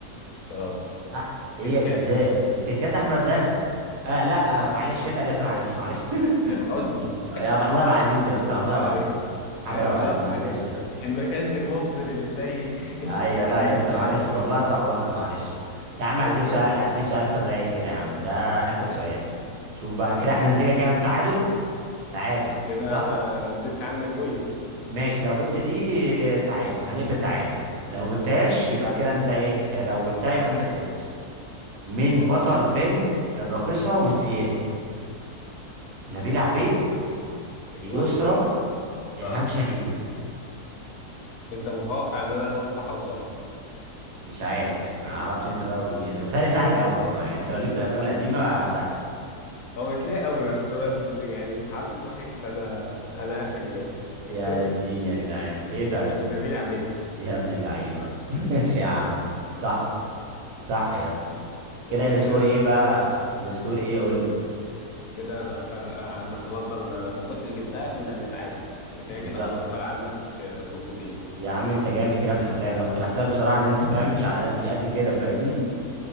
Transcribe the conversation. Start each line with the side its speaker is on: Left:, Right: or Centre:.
Left: غلط
Right: أه. ايه
Left: كيت
Right: يا-
Left: كات
Right: ازاي الكيت كات احمد زكي آه لا آه معلش اتقل يا اسطى معلش معلش <laughs>
Left: شيخ حسني
Right: يا محمود عبد العزيز يا اسطى محمود عبد
Left: <laughs> ايوه
Right: العزيز محمود
Left: ايوه
Right: عبد
Left: بالظبط
Right: العزيز معلش يا اسطى
Left: إن ما كانش المبصر اللي زي
Right: ايوه
Left: <laughs>
Right: لا يا اسطى معلش
Left: ايوه
Right: والله اتلخبطت معلش يا عم
Left: ايوه
Right: هديك سؤال
Left: ايوه
Right: هديك سؤال في الرايق كده يا عم ده اخر
Left: ماشي
Right: سؤال شوف بقى
Left: خلاص
Right: كده احنا
Left: ماشي
Right: نتيجه كام تعادل تعادل
Left: كده
Right: صح
Left: انا زدت عنك بوينت
Right: ماشي لو جبت دي تعادل هنقفل تعادل لو ما جبتهاش
Left: ماشي
Right: يبقى كده انت ايه لو جبتها يبقى انت كسبت مين
Left: خلاص
Right: بطل
Left: تمام
Right: فيلم الراقصه والسياسي نبيلة عبيد
Left: اه ايوه
Right: يسرا الهام
Left: اه
Right: شاهين
Left: انت متوقع ان انا اجاوب صح ولا غلط
Right: مش عارف ما اعرفش انت بقى ودنيتك بتهيألي سهل قوي والله يعني انت لو ليك في الافلام القديمه سهل
Left: هو مش ليه قوي بس انا ال- يعني انت حظك وحش فانا انا عارف الاجابه
Right: يا
Left: <laughs>
Right: دين يا جدعان ايه طيب
Left: نبيل عبيد
Right: يا ابن اللعيبة <laughs> ماشي يا عم صح صح يا اسطى كده
Left: ماشي
Right: السكور
Left: كده
Right: ايه
Left: انا
Right: بقى السكور ايه قول لي
Left: كده انا فارقه عنك خلاص بقى ما انا لو ما كنتش جبتها كنا هنتعادل لكن
Right: بالظبط
Left: هي كده خلاص فارقه عنك آه، نقطتين
Right: يا عم انت جامد كده في الافلام انا كنت بحسك بصراحة ان انت فاهم مش على مش قد كده فاهمني